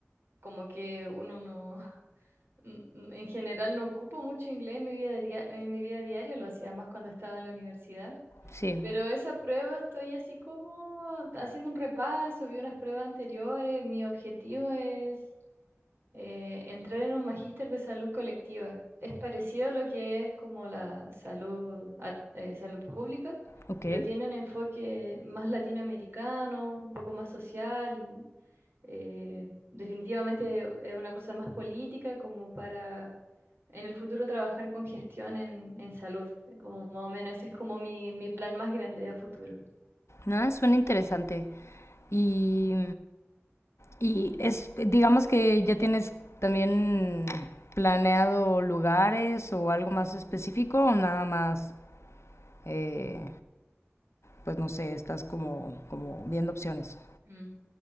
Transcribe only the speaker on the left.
sí,
ok.
Ah, suena interesante. Y, y es, digamos que ya tienes también planeado lugares o algo más específico o nada más, eh, pues no sé, estás como, como viendo opciones.